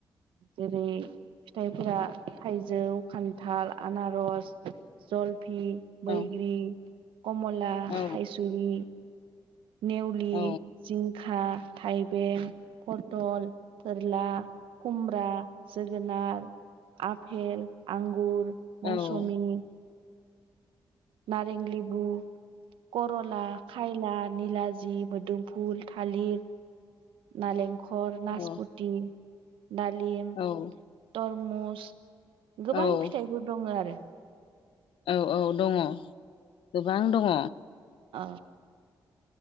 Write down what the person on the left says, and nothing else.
औ
औ
औ
औ
औ
औ
औ
औ औ दङ गोबां दङ।